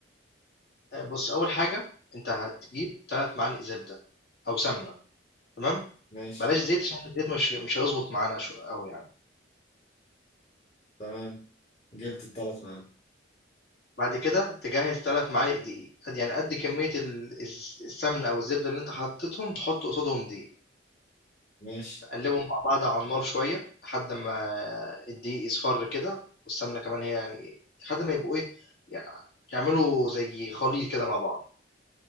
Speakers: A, on the left; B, on the left.
A: آآ بُص أول حاجة أنت هتجيب 3 معالق زبدة أو سمنة تمام،
B: ماشي
A: بلاش زيت عشان الزيت مش مش هيضبط معانا شو أوي يعني،
B: تمام جبت الثلاث معايا
A: بعد كده تجهّز 3 معالق دقيق، قد يعني قد كمية ال الز السمنة أو الزبدة اللي أنت حطيتهم تحط قصادهم دقيق.
B: ماشي
A: قلبهم مع بعض على النار شوية لحد ما الدقيق يصفر كده والسمنة كمان هي يعني لحد ما يبقوا ايه يع- يعملوا زي خليط كده مع بعض